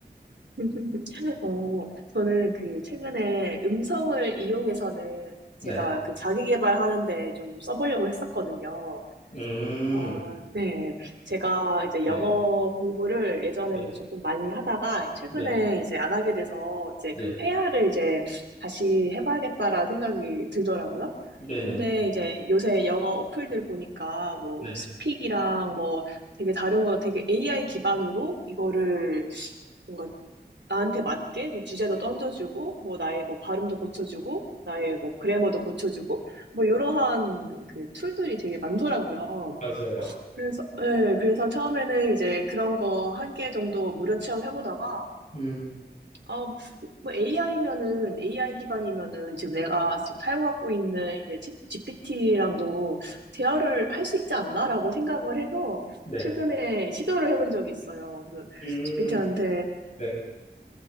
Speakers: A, on the right; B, on the left.
A: <laughs> 어, 저는 그 최근에 음성을 이용해서는 제가
B: 네.
A: 그 자기 개발하는데 좀 써보려고 했었거든요.
B: 음,
A: 어, 네. 제가 이제 영어
B: 네,
A: 공부를 예전에는
B: 네,
A: 조금 많이 하다가 최근에
B: 네,
A: 이제 안 하게 돼서 이제
B: 네,
A: 그 회화를 이제 다시 해봐야겠다라는 생각이 들더라고요.
B: 네,
A: 근데
B: 네,
A: 이제 요새 영어 어플들 보니까 뭐
B: 네,
A: 스픽이랑 뭐 되게 다른 거 되게 AI 기반으로 이거를 뭔가 나한테 맞게 뭐 주제도 던져주고 뭐 나의 뭐 발음도 고쳐주고 나의 뭐 그래머도 고쳐주고 뭐 이러한 그 툴들이 되게 많더라고요.
B: 맞아요.
A: 그래서, 네, 그래서 처음에는 이제 그런 거 한 개 정도 무료 체험해보다가,
B: 음,
A: 아, 뭐 AI면은, AI 기반이면은 지금 내가 지금 사용하고 있는 이제 GPT랑도 대화를 할 수 있지 않나라고 생각을 해서
B: 네.
A: 최근에 시도를 해본 적이 있어요. 그래서
B: 음,
A: GPT한테,
B: 네.